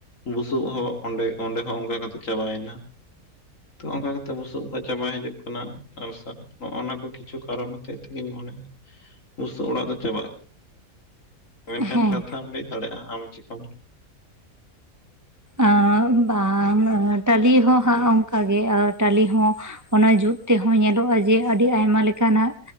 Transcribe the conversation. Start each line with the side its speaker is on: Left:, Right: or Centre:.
Left: ᱵᱩᱥᱩᱵ ᱦᱚᱸ ᱚᱸᱰᱮ, ᱚᱸᱰᱮ ᱦᱚᱸ ᱚᱝᱠᱟ ᱠᱟᱛᱮ ᱪᱟᱵᱟᱭᱮᱱᱟ᱾ ᱛᱚ ᱚᱱᱠᱟ ᱠᱟᱛᱮ ᱵᱩᱥᱩᱵ ᱠᱚ ᱪᱟᱵᱟ ᱦᱤᱡᱩᱜ ᱠᱟᱱᱟ᱾ <unintelligible> ᱦᱚᱸᱜ-ᱚᱱᱟ ᱠᱚ ᱠᱤᱪᱷᱩ ᱠᱟᱨᱚᱱ ᱦᱚᱛᱮᱡ ᱛᱮᱜᱤᱧ ᱢᱚᱱᱮᱭᱟ ᱵᱩᱥᱟᱹ ᱚᱲᱟᱜ ᱫᱚ ᱪᱟᱵᱟᱜ ᱢᱮᱱᱠᱷᱟᱱ
Right: ᱦᱮᱸ
Left: ᱠᱟᱛᱷᱟᱢ ᱞᱟᱹᱭ ᱫᱟᱲᱮᱭᱟᱜ-ᱟ ᱟᱢ ᱪᱮᱜ ᱠᱚᱢ
Right: ᱟᱸ ᱵᱟᱝ ᱴᱟᱞᱤ ᱦᱚᱸ ᱦᱟᱸᱜ ᱚᱝ ᱚᱝᱠᱟᱜᱮ ᱟᱨ ᱴᱟᱞᱤ ᱦᱚᱸ ᱚᱱᱟ ᱡᱩᱛ ᱛᱮᱦᱚᱸ ᱧᱮᱞᱚᱜ-ᱟ ᱡᱮ ᱟᱹᱰᱤ ᱟᱭᱢᱟ ᱞᱮᱠᱟᱱᱟᱜ᱾